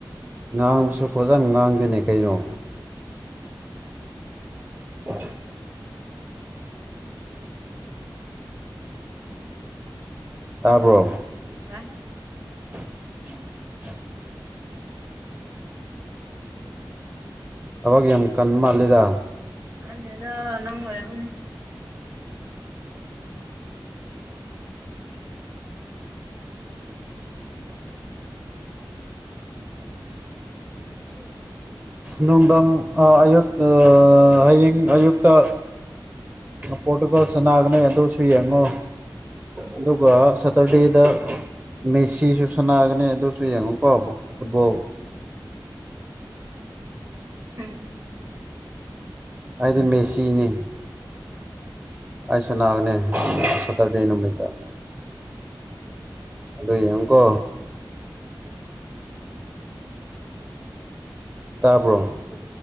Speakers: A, on the right (about 20°); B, on the right (about 50°).
A: ꯉꯥꯡꯕꯁꯨ ꯀꯣꯖꯅ ꯉꯥꯡꯗꯅꯦ ꯀꯩꯅꯣ ꯑ ꯑꯥꯕ꯭ꯔꯣ
B: ꯇ
A: <unintelligible> ꯑꯒ ꯌꯦ ꯌꯥꯝ ꯀꯟ ꯃꯥꯜꯂꯗ
B: ꯀꯟꯗꯦꯗ ꯅꯪ ꯋꯥꯔ ꯃꯅꯦ
A: ꯅꯨꯡꯊꯪ ꯑꯌꯨ ꯍꯌꯦꯡ ꯑꯌꯨꯛꯇ ꯄꯣꯇꯨꯒꯣꯜꯁꯅꯥꯒꯅ ꯑꯗꯨꯧꯁꯨꯨꯏ ꯌꯦꯡꯉꯣ ꯑꯗꯨꯒ ꯁꯇꯔꯗꯦꯗ ꯃꯦꯁꯤꯁꯨ ꯁꯅꯥꯒꯅꯤ ꯑꯗꯨꯁꯨ ꯌꯦꯡꯉꯨꯀꯣꯕ ꯐꯨꯠꯕꯣꯜ
B: ꯍꯝ
A: ꯑꯩꯗꯤ ꯃꯦꯁꯤꯅꯤ ꯑꯁꯥꯅꯥꯒꯅꯦ ꯁꯇꯔ ꯗꯦ ꯅꯨ ꯃꯗꯥ ꯑꯗꯨꯗ ꯌꯦꯡꯀꯣ ꯇꯥꯕ꯭ꯔꯣ
B: ꯑꯗꯤ